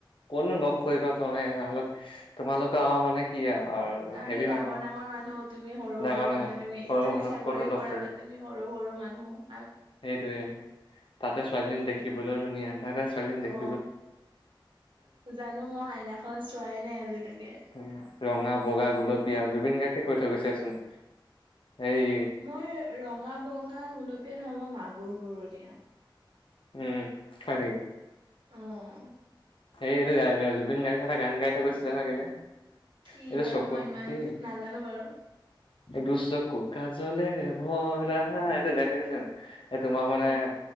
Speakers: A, on the left (about 80°); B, on the right (about 75°).
A: কোনো লগ কৰিব <unintelligible> তোমালোকে আৰু মানে কি আৰু
B: আমি
A: হেভি
B: ডাঙৰ-ডাঙৰ
A: মানুহ
B: মানুহ, তুমি সৰু-সৰু
A: ডাঙৰ ডাঙৰ
B: মানুহ, তুমি,
A: সৰু
B: তুমি
A: মানুহ
B: চাকৰি
A: ক'তনো লগ
B: কৰা বা তুমি আমি সৰু-সৰু মানুহ।
A: সেইটোয়ে, তাতে ছোৱালীজনী
B: সেইটোৱে।
A: দেখিবলৈও ধুনীয়া, তাতে ছোৱালীজনী দেখি
B: অ, জানো মই আইনাখনত চোৱ নাই আজিলৈকে।
A: উম, ৰঙা, বগা, গুলপীয়া, জুবিন গাৰ্গে কৈ থৈ গৈছেচোন, এই
B: মই ৰঙা বগা গোলপীয়া নহয়, মই মাগুৰ বুৰণীয়া।
A: উম, হয় নেকি?
B: অ'।
A: সেইটো <unintelligible> গায়, জুবিন গাৰ্গে এটা গান গাই থই গৈছিলে ন কেলে।
B: কি
A: এইটো
B: বাৰু
A: চকু
B: মই ইমান
A: কি
B: নাজানো বাৰু।
A: দুচকু কাজলেৰে ভৰা, এইটো গাঠ দিছিলে ন এই তোমাৰ মানে
B: অ।